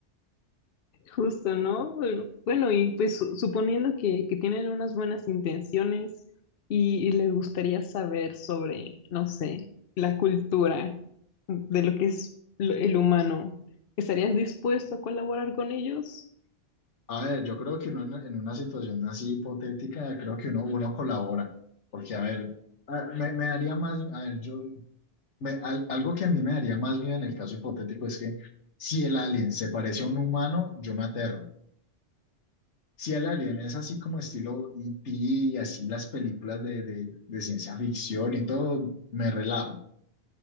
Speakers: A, on the left; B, on the left.
A: Justo, ¿no? Bueno, bueno, y pues su- suponiendo que, que tienen unas buenas intenciones y, y les gustaría saber sobre, no sé, la cultura de lo que es lo- el humano, ¿estarías dispuesto a colaborar con ellos?
B: A ver, yo creo que uno en, en una situación así hipotética, creo que uno, uno colabora, porque a ver, a- me, me daría más, a ver, yo, me- al- algo que a mí me daría más miedo en el caso hipotético es que si el alien se parece a un humano, yo me aterro. Si el alien es así como estilo E.T., así las películas de, de, de ciencia ficción y todo, me relajo.